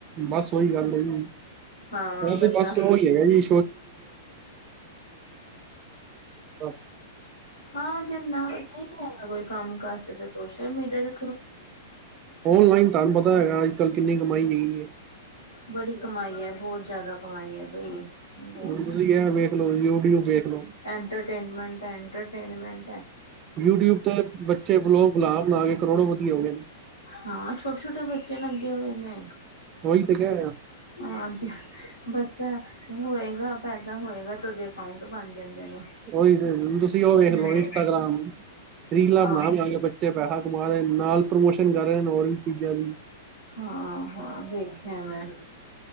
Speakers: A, on the right (about 35°); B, on the left (about 80°).
A: ਬਸ ਉਹੀ ਗੱਲ ਹੈ ਜੀ
B: ਹਾਂ
A: ਨਹੀਂ
B: ਬੰਦਾ
A: ਜੀ ਬਸ ਉਹੀ ਹੈਗਾ ਜੀ। <inaudible>
B: ਹਾਂ ਜਿੰਨਾ ਨਹੀਂ ਆਦਾ ਕੋਈ ਕੰਮ ਕਾਜ ਤੇ ਫਿਰ ਸੋਸ਼ਲ ਮੀਡੀਆ ਚ'
A: ਔਨਲਾਈਨ ਤੁਹਾਨੂੰ ਪਤਾ ਹੈਗਾ ਅੱਜ ਕੱਲ ਕਿੰਨੀ ਕਮਾਈ ਹੈਗੀ ਹੈ।
B: ਬੜੀ ਕਮਾਈ ਹੈ ਬਹੁਤ ਜਿਆਦਾ ਕਮਾਈ ਹੈ ਬਈ। ਬਹੁਤ
A: ਹੁਣ ਤੁਸੀਂ ਇਹ ਵੇਖ ਲਓ ਯੂਟਿਊਬ ਵੇਖ ਲਓ
B: ਐਟਰਟੇਨਮੈਂਟ ਦਾ ਐਟਰਟੇਨਮੈਂਟ ਹੈ।
A: ਯੂਟਿਊਬ ਤੇ ਬੱਚੇ ਵਲੋਗ ਬਣਾ- ਬਣਾ ਕੇ ਕਰੋੜਾ ਪਤੀ ਹੋ ਗਏ ਨੇ।
B: ਹਾਂ, ਛੋਟੇ- ਛੋਟੇ ਬੱਚੇ ਲੱਗੇ ਹੋਏ ਨੇ।
A: ਉਹੀ ਤੇ ਕਹਿ ਰਿਹਾ
B: ਹਾਂ, ਅਸੀਂ ਬੱਚਾ ਹੋਏਗਾ। ਪੈਦਾ ਹੋਏਗਾ ਤੇ ਉਹਦੇ ਅਕਾਊਂਟ ਬਣ ਜਾਂਦੇ ਨੇ।
A: ਉਹੀ ਹੁਣ ਤੁਸੀਂ ਉਹ ਵੇਖ
B: ਹਮ
A: ਲੋ ਇੰਸਟਾਗ੍ਰਾਮ। ਰੀਲਾਂ
B: ਆਹੋ
A: ਬਣਾ ਬਣਾ ਕੇ ਬੱਚੇ ਤੇੇ ਪੈਸਾ ਕਮਾ ਰਹੇ ਨਾਲ ਪ੍ਰਮੋਸ਼ਨ ਕਰ ਰਹੇ ਨੇ ਹੋਰ ਚੀਜ਼ਾਂ ਦੀ।
B: ਹਾਂ- ਹਾਂ ਵੇਖਿਆ ਮੈਂ।